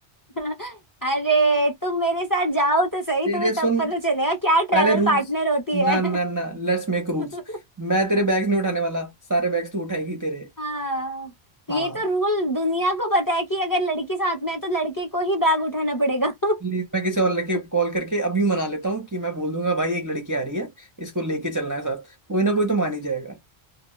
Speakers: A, on the left; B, on the right.
A: अरे तुम मेरे साथ जाओ तो सही
B: तेरे
A: तुम्हें
B: सुन
A: तब पता चलेगा क्या ट्रैवल
B: पहले रूल्स
A: पार्टनर होती है
B: ना ना ना लेट्स मेक रूल्स
A: <laughs>
B: मैं तेरे बैग्स नहीं उठाने वाला सारे बैग्स तू उठाएगी तेरे
A: हाँ
B: हाँ
A: ये तो रूल दुनिया को पता है कि अगर लड़की साथ में है तो लड़के को ही बैग उठाना पड़ेगा <laughs> <laughs>
B: प्लीज मैं किसी और लड़के को कॉल करके अभी मना लेता हूँ कि मैं बोल दूंगा भाई एक लड़की आ रही है इसको लेके चलना है साथ कोई ना कोई तो मान ही जाएगा